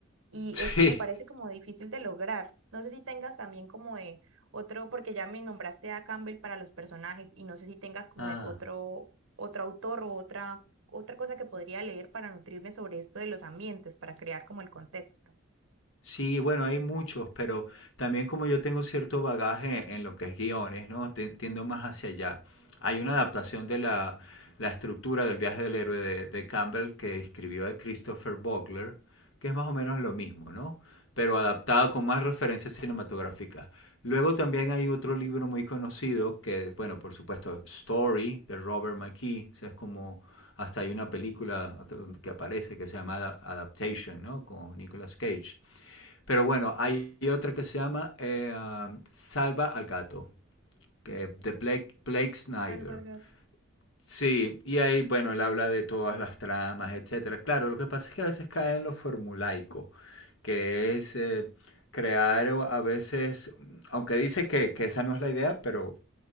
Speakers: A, on the right; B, on the left.
A: y
B: <laughs>
A: es, me parece
B: sí.
A: como difícil de lograr. No sé si tengas también como de otro, porque ya me nombraste a Campbell para los personajes y no sé si tengas como
B: Ah.
A: de otro, otro autor o otra, otra cosa que podría leer para nutrirme sobre esto de los ambientes, para crear como el contexto.
B: Sí, bueno, hay muchos, pero también como yo tengo cierto bagaje en lo que es guiones, ¿no? Te- Tiendo más hacia allá. Hay una adaptación de la, la estructura del viaje del héroe de, de Campbell que escribió de Christopher Bogler, que es más o menos lo mismo, ¿no? Pero adaptado con más referencias cinematográficas. Luego también hay otro libro muy conocido que, bueno, por supuesto, Story, de Robert McKee, o sea, es como... Hasta hay una película que que aparece que se llama Ada- Adaptation, ¿no? Con Nicolas Cage pero bueno, hay otra que se llama eh, um, Salva al gato, que de Blake, Blake Snyder.
A: Tal Vargas.
B: Sí, y ahí, bueno, él habla de todas las tramas, etcétera. Claro, lo que pasa es que a veces cae en lo formulaico, que es eh, crear a veces, aunque dice que, que esa no es la idea, pero